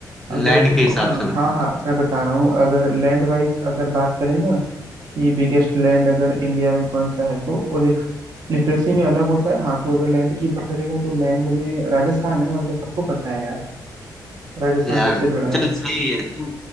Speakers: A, on the right; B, in the centre.
A: अगर
B: लैंड
A: तू
B: के हिसाब
A: अ,
B: से बता
A: हाँ हाँ मैं बता रहा हूँ अगर लैंड वाइज अगर बात करें ना कि बिगेस्ट लैंड अगर इंडिया में कौन सा है तो वो देख लिटरेसी में अलग होता है हाँ तो अगर लैंड की बात करेगा तो लैंड में राजस्थान है और क्या सबको पता है यार राजस्थान
B: यार
A: सबसे बड़ा है
B: चल सही है तू